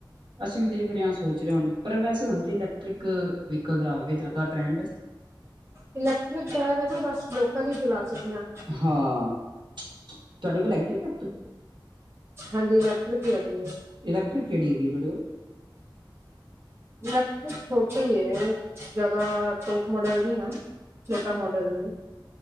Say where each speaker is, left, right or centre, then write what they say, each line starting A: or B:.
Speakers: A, on the right; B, on the right.
A: ਅਸੀਂ ਵੀ ਦੇਖ ਰਹੇ ਹਾਂ, ਸੋਚ ਰਹੇ ਹ, ਪਰ ਵੈਸੇ ਹੁਣ ਤਾਂ, ਇਲੈਕਟ੍ਰਿਕ ਵਿਕਲ ਆ ਗਏ ਟਰੈਂਡ।
B: ਇਲੈਕਟ੍ਰਿਕ ਹੈ ਨਾ, ਬਸ ਲੋਕਲ ਹੀ ਚਲਾ ਸਕਦੇ ਹਾ।
A: ਹਾਂ, ਤੁਹਾਡੇ ਕੋਲ ਹੈਗੀ ਹਾ, ਫੈਕਟਰੀ।
B: ਹਾਂਜੀ, ਇਲੈਕਟਰਿਕ ਹੈਗੀ ਹੈ।
A: ਇਲੈਟ੍ਰਿਕ ਕਿਹੜ ਹੈਗੀ, ਤੁਹਾਡੇ ਕੋਲ।
B: ਇਲੈਕਟਰਿਕ ਛੋਟੇ ਹੀ ਹੈ, ਜ਼ਿਆਦਾ ਟੋਪ ਮੋਡਲ ਨੀ ਆ। ਛੋਟਾ ਮੋਡਲ ਏ।